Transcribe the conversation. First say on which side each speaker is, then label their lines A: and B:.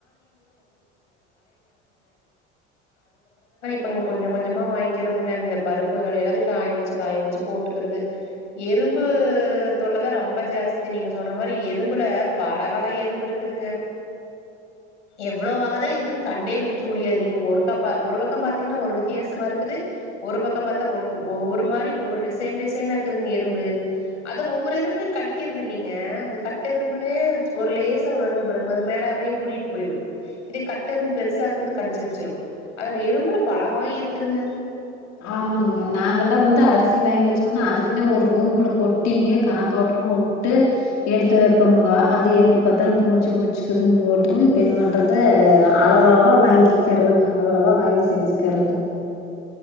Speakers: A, on the left; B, on the left.
A: கொஞ் கொஞ்ச கொஞ்சமா வாங்கிறதுங்க இந்த பருப்புகள் எல்லாத்தையு காய வெச்சு காய வெச்சு போட்டுக்குறது எறும்பு தொல்லதா ரொம்ப ஜாஸ்தி நீங்க சொன்ன மாரி எறும்புல பல வகை எறும்பு இருக்குதுங்க எவ்ளோ வகதா இருக்குன்னு கண்டே புடிக்க முடியல நீங்க ஒரு கப்பா ஒரு பக்கம் பாத் என்ன ஒரு வித்தியாசமா இருக்குது ஒரு பக்கம் பாத்தா ஒரு ஒ ஒரு மாரி ஒரு டிசைன் டிசைனா இக்குதுங்க எறும்பு அது ஒவ்வொரு எறும்பு கடிக்கிறது இல்லிங்க இந்த கட்டெரும்புலேச் ஒரு லேசா ஒரு எறும்பு இருக்கு அது மேல அப்டே ஊறிட் போய்ரும் இதே கட்டெரும் பெருசா இருக்குறது கடிச்சு வெச்சிரூ அது அந்த எறும்புல பலவகய் இருக்குதுங்க
B: ஆமாங்க நாங்கல்லா வந்து அரிசி வாங்கி வச்சோம்னா அதுக்குன்னே ஒரு ரூம்க்குள்ள கொட்டிங்க காத்தோட்டமா வுட்டு எடுத்து வெப்போம்ங்க அது எப்புடி பாத்தாலு பூச்சு புடிச்சுக்குதுன்னு போட்டுங்க இப்ப என்ன பண்றது அளவளவா வாங்கிக்கெறதுங்க அவளவா வாங்கி செஞ்சுக்கறதுங்க